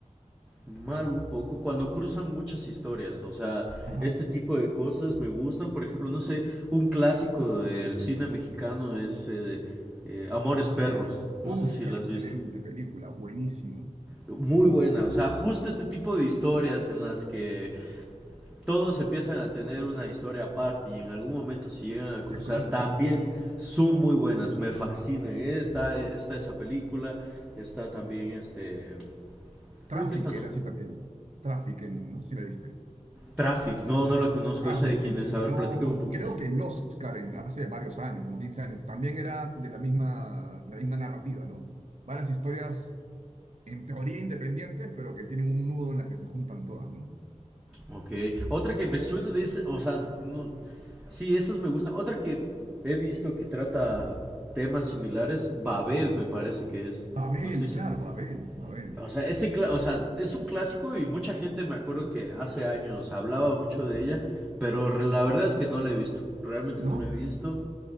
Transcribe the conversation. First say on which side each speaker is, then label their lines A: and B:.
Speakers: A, in the centre; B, on the right.
A: mal un poco, cuando cruzan muchas historias, o sea,
B: Ajá.
A: este tipo de cosas me gustan, por ejemplo, no sé, un clásico del cine mexicano es eh, eh, Amores Perros, no
B: Uf,
A: sé si la
B: excelente
A: has visto.
B: película. Buenísima.
A: Muy
B: Buenísima.
A: buena, o sea, justo este tipo de historias en las que todos empiezan a tener una historia aparte y en algún momento se llegan a
B: Se
A: cruzar,
B: cruzan.
A: también son muy buenas, me fascinan. Está, está esa película, está también este,
B: Traffic
A: creo que esta no,
B: era así también. Traffic, en- no sé si la viste.
A: Traffic, no, no la conozco,
B: Rafik
A: esa de quién es, a ver,
B: ganó,
A: platícame un poquito.
B: creo que el Oscar en, hace varios años, como 15 años. También era de la misma, de la misma narrativa, ¿no? Varias historias en teoría independientes, pero que tienen un nudo en la que se juntan todas, ¿no?
A: Ok, otra que me suena de ese, o sea, no, sí, esas me gustan. Otra que he visto que trata temas similares, Babel me parece que es,
B: Babel,
A: no estoy seguro.
B: claro, Babel, Babel,
A: O sea, ese cla- o sea, es un clásico y mucha gente me acuerdo que hace años hablaba mucho de ella, pero re- la verdad es que no la he visto, realmente
B: ¿no?
A: no la he visto,